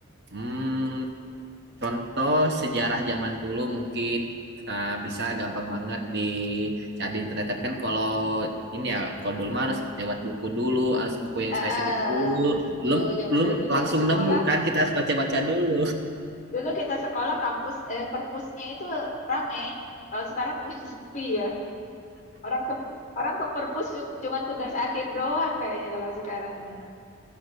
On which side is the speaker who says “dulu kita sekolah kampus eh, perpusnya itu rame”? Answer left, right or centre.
Left